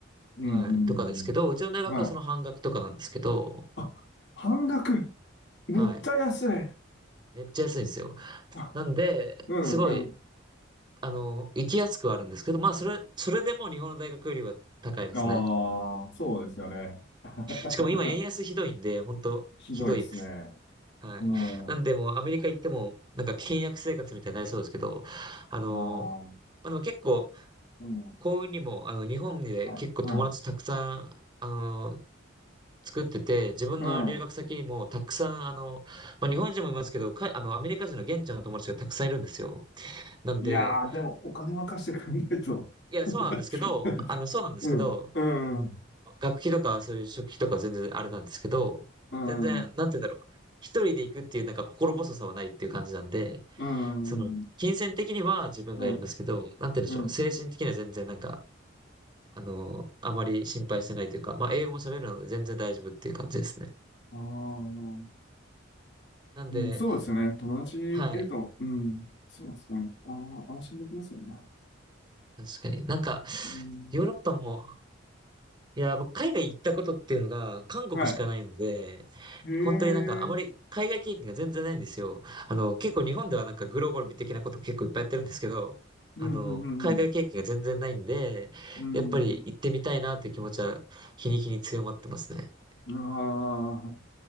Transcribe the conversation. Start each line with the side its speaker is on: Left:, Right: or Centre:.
Left: うんうんうんうん。
Right: はい。とかですけど、うちの大学はその半額とかなんですけど、
Left: はい。あ、半額。めっちゃ安い。
Right: はい。めっちゃ安いんですよ。
Left: あ、
Right: なんで、
Left: うんうん。
Right: すごい、あの、行きやすくはあるんですけど、まあ、それ、それでも日本の大学よりは高いですね。
Left: ああ、そうですよね。<laughs>
Right: しかも今円安ひどいんで、本当ひどいです。
Left: ひどいですね。
Right: はい。
Left: うん。
Right: なんで、
Left: あ
Right: もうアメリカ行っても、なんか倹約生活みたいになりそうですけど、あの、
Left: あ、
Right: まあ、でも結構、
Left: うん。
Right: 幸運にも、あの、日本で結構友達たくさん、
Left: はい、は
Right: あの、作ってて、自分の留学先にもたくさん、
Left: い。うん。
Right: あの、まあ、日本人もいますけど、か、あの、アメリカ人の現地の友達がたくさんいるんですよ。なんで、
Left: いやー、でもお金任せてくれないと。
Right: いや、
Left: <laughs>
Right: そうなんですけど、あの、そうなんですけど、
Left: うん、うん、
Right: 学費とかそういう食費とか全然あれなんですけど、
Left: うん、
Right: 全然、なんて言うんだろう。一人で行くっていうなんか心細さはないっていう感じなんで、
Left: うん、
Right: その、
Left: うん、
Right: 金銭的には自分がやりますけど、
Left: はい、
Right: なんて言うんでしょう。
Left: うん。
Right: 精神的には全然なんか、あの、あまり心配してないというか、まあ、英語も喋るので全然大丈夫っていう感じですね。
Left: ああ、
Right: なんで、
Left: うん、そうですね。友達いると、
Right: はい。
Left: うん、そうですね。ああ、安心できますよね。
Right: 確かに。なんか、
Left: うん、
Right: ヨーロッパも、いや、僕、海外行ったことっていうのが、韓国しかないので、
Left: はい。へえ、うん
Right: 本当になんか、あまり海外経験が全然ないんですよ。あの、結構日本ではなんかグローバル的なこと結構いっぱいやってるんですけど、
Left: うんうん
Right: あの、海外経験が全然ないんで、
Left: うん。
Right: やっぱり行ってみたいなっていう気持ちは、日に日に強まってますね。
Left: うん、ああ、